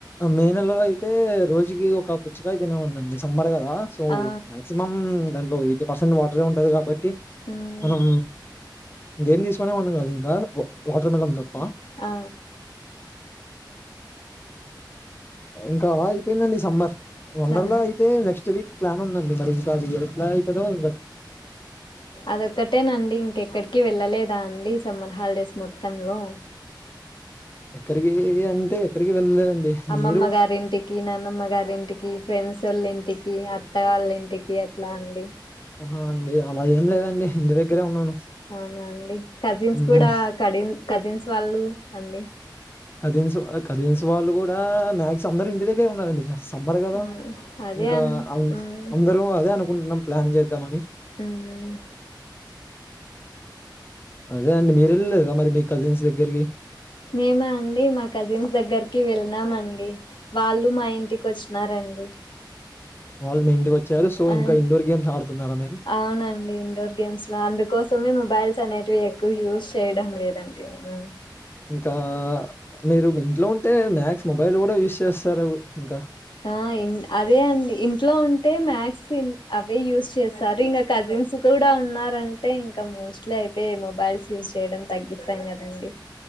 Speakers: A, on the left; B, on the left.
A: మే నెలలో అయితే రోజుకి ఒక పుచ్చకాయ తినేవాన్ని అండి సమ్మర్ కదా. సో
B: ఆ
A: మ్యాక్సిమం దాంట్లో ఎయిటీ పర్సెంట్ వాటరే ఉంటది కాబట్టి
B: ఉమ్,
A: మనం ఇంగేం తీసుకునేవాన్ని కాదు ఇంకా వా వాటర్ మెలన్ తప్ప.
B: ఆ
A: ఇంకా అయిపోయిందండి సమ్మర్ వండర్లా
B: స-
A: అయి అయితే నెక్స్ట్ వీక్ ప్లాన్ ఉందడి మరి ఇంకా అది ఎట్లా అయితదో ఇంగ
B: అదొక్కటేనండి ఇంకెక్కడికి వెళ్ళలేదా అండి సమ్మర్ హాలిడేస్ మొ త్తంలో
A: ఎక్కడికి అంటే ఎక్కడికి వెళ్ళలేదండి.
B: అమ్మమ్మగారి
A: మీరు
B: ఇంటి కి నాన్నమ్మ గారింటికి, ఫ్రెండ్స్ ఓళ్ళ ఇంటికి, అత్త వాళ్ళ ఇంటికి అట్లా అండి.
A: అ లేదు అలా ఏం లేదండి ఇంటి దగ్గరే ఉన్నాను.
B: అవునా అండి కజిన్స్
A: హ్మ్.
B: కూడా కడిన్ కజిన్స్ వాళ్ళు అండి
A: కజీన్స్ కజీన్స్ వాళ్ళు కూడా మ్యాక్స్ అందరూ ఇంటి దగ్గరే ఉన్నారండి సమ్మర్ కదా
B: ఆ! అదే
A: ఇంకా
B: అన్
A: అంత్
B: మ్మ్
A: అందరూ అదే అను కుంట్నం ప్లాన్ చేద్దామని.
B: మ్మ్
A: అదే అండి మీరు వెళ్ళలేదా మరి మీ కజిన్స్ దగ్గరికి.
B: మేమా అండి మా కజిన్స్ దగ్గర కి వెల్లినా మండి వాళ్ళు మా ఇంటికి వచ్చినారండి
A: వాళ్ళు మీ ఇంటికొచ్చారు సో
B: ఆ
A: ఇంకా ఇండోర్ గేమ్స్ ఆడుతున్నారా మీరు
B: అవునండి ఇండోర్ గేమ్ స్లా అందుకోసమే మొబైల్స్ అనేవి ఎక్కువ యూజ్ చేయడం లేదండి మేము
A: ఇంకా మీరు మీ ఇంట్లో ఉంటే మ్యాక్స్ మొబైల్ గూడ యూస్ చేస్తారు ఇంకా
B: ఆ ఇన్ అదే అండి ఇంట్లో ఉంటే మ్యాక్స్ అవే యూజ్ చేస్తారు ఇంకా కజిన్స్ కూడ ఉన్నారంటే ఇంక మోస్ట్లీ అయితే మొబైల్స్ యూస్ చేయడం తగ్గిస్తాం కదం డి